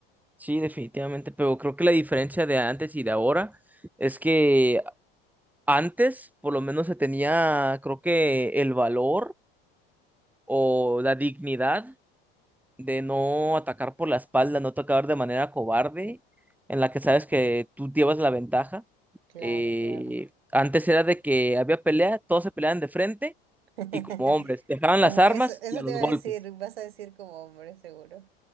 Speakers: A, in the centre; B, on the right.
A: Sí, definitivamente, pero creo que la diferencia de antes y de ahora es que antes por lo menos se tenía, creo que el valor o la dignidad de no atacar por la espalda, no atacar de manera cobarde, en la que sabes que tú llevas la ventaja.
B: Claro,
A: Eh,
B: claro.
A: antes era de que había pelea, todos se peleaban de frente
B: <laughs>
A: y como hombres, dejaban
B: Como
A: las armas
B: eso, eso
A: y a los
B: te iba
A: golpes.
B: a decir, vas a decir como hombre, seguro.